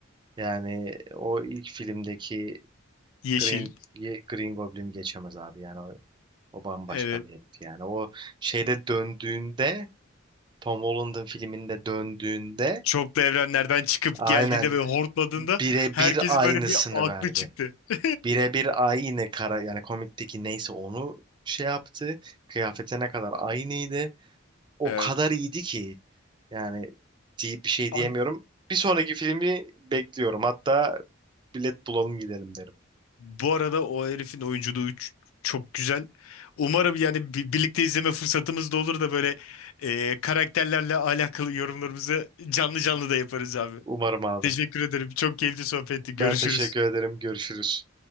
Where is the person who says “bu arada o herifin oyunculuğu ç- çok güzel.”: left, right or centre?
Left